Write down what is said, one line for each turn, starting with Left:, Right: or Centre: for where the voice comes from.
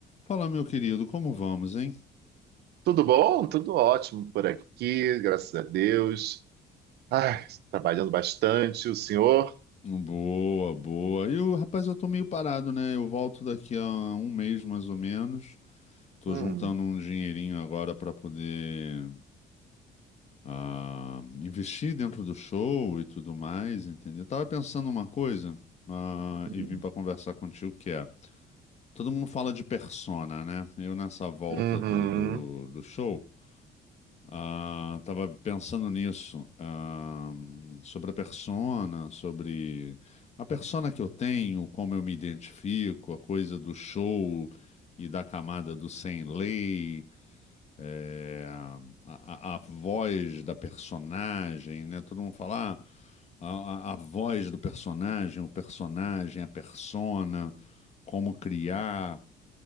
Left: Fala, meu querido, como vamos, hein?
Right: Tudo bom? Tudo ótimo por aqui, graças a Deus. Ai, trabalhando bastante, o senhor?
Left: Boa, boa. E o rapaz, eu tô meio parado, né? Eu volto daqui a um mês mais ou menos. Tô
Right: Hum,
Left: juntando um dinheirinho agora pra poder ah, investir dentro do show e tudo mais, entendeu? Tava pensando uma coisa ah,
Right: hum,
Left: e vim pra conversar contigo que é. Todo mundo fala de persona, né? Eu nessa volta
Right: uhum.
Left: do, do, do show. Ah, tava pensando nisso, ah, sobre a persona, sobre a persona que eu tenho, como eu me identifico, a coisa do show e da camada do sem lei, eh, a, a- a voz da personagem, né? Todo mundo fala, ah, a, a voz do personagem, o personagem, a persona, como criar.